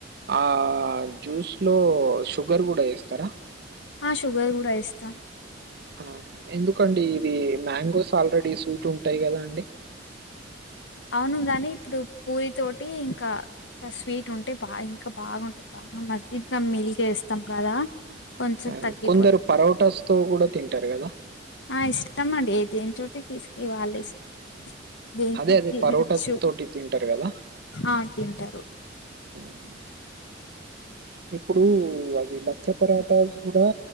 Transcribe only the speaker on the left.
ఆ షుగర్ గుడ ఏస్తాం
అవును గని ఇప్పుడు పూరి తోటి ఇంకా, ఇంకా స్వీట్ ఉంటే బా ఇంకా బాగుంటయ్ మస్జిద్ క మీల్ కేస్తాం కదా, కొంచెం
తగ్గిపోతుంది.
ఆ ఇష్టం అండి, దేని చోటి తీసుక ఈ వాళ్ళ ఇష్టం, దేని
తినచ్చు
ఆ తింటరు